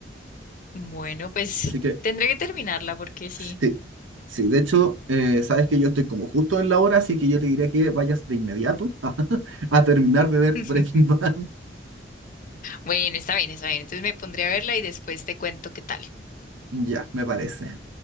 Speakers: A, on the left; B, on the right.
A: Bueno, pues
B: Así que,
A: tendré que terminarla porque sí.
B: sí, sí, de hecho, eh, sabes que yo estoy como justo en la hora, así que yo te diría que vayas de inmediato <laughs> a, terminar de ver
A: <laughs>
B: Breaking Bad. <laughs>
A: Bueno, está bien, está bien. Entonces me pondré a verla y después te cuento qué tal.
B: Ya, me parece.